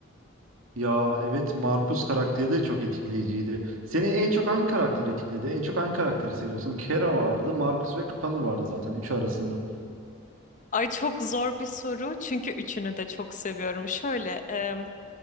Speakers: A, on the right (about 80°); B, on the left (about 40°).
A: Ya evet Markus karakteri de çok etkileyiciydi. Seni en çok hangi karakter etkiledi? En çok hangi karakteri seviyorsun? Kera vardı, Markus ve Connor vardı zaten üçü arasında.
B: Ay çok zor bir soru çünkü üçünü de çok seviyorum. Şöyle, e,